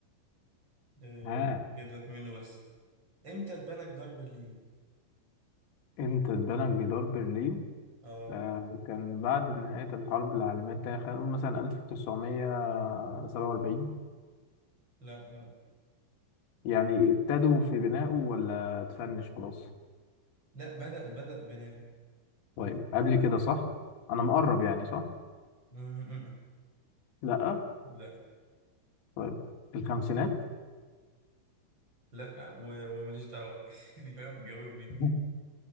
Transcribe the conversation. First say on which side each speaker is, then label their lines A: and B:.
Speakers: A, on the right; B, on the left.
A: آه،
B: ها
A: جيب لك منه بس امتى اتبنى جدار برلين؟
B: امتى اتبنى جدار برلين
A: اه
B: آه، كان بعد نهاية الحرب العالمية التانية خلينا نقول مثلا 1947
A: لا لا
B: يعني ابتدوا في بنائه ولا اتفنش خلاص
A: لا بدأ بدأ بناؤه
B: طيب قبل كده صح أنا مقرب يعني صح
A: م- م- م.
B: لأ
A: لا
B: طيب في الخمسينات
A: لا و- وماليش دعوة بقى. <laughs> يعني فاهم جاوبني
B: <laughs>
A: بقى